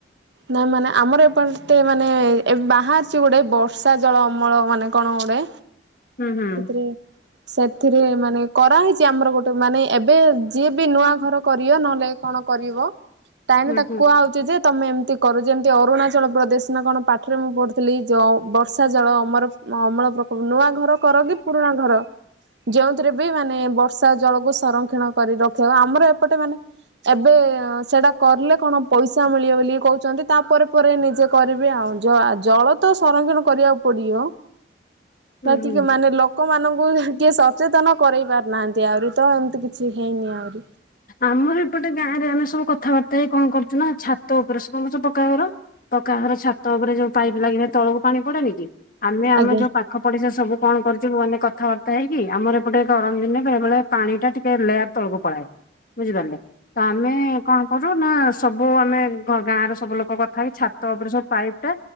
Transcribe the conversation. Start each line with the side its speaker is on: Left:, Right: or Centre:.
Right: ନା ମାନେ ଆମର ଏପଟତେ ମାନେ ବାହାରିଛି ଗୋଟେ ବର୍ଷା ଜଳ ଅମଳ ମାନେ କଣ ଗୋଟେ
Left: ହୁଁ ହୁଁ
Right: ସେଥିରେ ସେଥିରେ ମାନେ କରାହୋଇଛି ଆମର ଗୋଟେ ମାନେ ଏବେ ଯିଏ ବି ନୂଆ ଘର କରିବ ନହେଲେ କଣ କରିବ ତାହେନେ
Left: ହୁଁ
Right: ତାକୁ
Left: ହୁଁ
Right: କୁହା ହଉଛି ଯେ ତମେ ଏମତି କରୁ ଯେମିତି ଅରୁଣାଚଳ ପ୍ରଦେଶ ନା କଣ ପାଠରେ ମୁଁ ପଢ଼ଥିଲି ଯ ବର୍ଷା ଜଳ ଅମର ଅମଳ ପ୍ରକଳ୍ପ ନୂଆ ଘର କର କି ପୁରୁଣା ଘର ଯେଉଁଥିରେ ବି ମାନେ ବର୍ଷା ଜଳକୁ ସଂରକ୍ଷଣ କରି ରଖିହବ ଆମର ଏପଟେ ମାନେ ଏବେ ସେଟା କରିଲେ କଣ ପଇସା ମିଳିବ ବୋଲି କହୁଛି ଛନ୍ତି ତାପରେ ପରେ ନିଜେ କରିବି ଆଉ ଜଳ ତ ସଂରକ୍ଷଣ କରିବାକୁ ପଡିବ।
Left: ହୁଁ
Right: ଯତିିକ
Left: ହୁଁ।
Right: ମାନେ ଲ। <unintelligible> ଲୋକମାନାନଙ୍କୁ କିଏ ସଚେତନ କରେଇ ପାରୁନାହାନ୍ତି ଆହୁରି ତ ଏମିତି କିଛି ହେଇନି ଆହୁରି।
Left: ଆମର ଏପଟେ ଗାଁରେ ଆମେ ସବୁ କଥାବାର୍ତ୍ତା ହେଇ କଣ କରୁ ନା ଛାତ ଉପରେ ସବୁ <unintelligible> ସବୁ ପକାଘର। ପକାଘର ଛାତ ଉପରେ ଯୋଉ ପାଇପ ଲାଗଥା ତଳକୁ ପାଣି ପଡେନି କି ଆମେ ଆମେ
Right: ଆଜ୍ଞା
Left: ଯୋଉ ପାଖ ପଢିସା ସବୁ କଣ କରିଛୁ ମାନେ କଥାବାର୍ତ୍ତା ହେଇକି ଆମର ଏପଟେ ଗରମ ଦିନେ ବେଳେ ବେଳେ ପାଣି ଟା ଟିକେ ଲେୟାର ତଳକୁ ପଳାଏ ବୁଝିପାରିଲେ ତ ଆମେ କଣ କରୁ ନା ସବୁ ଆମେ ଗାଁରେ ସବୁ ଲୋକ କଥା ହେଇକି ଛାତ ଉପରେ ସବୁ ପାଇପ୍ ଟା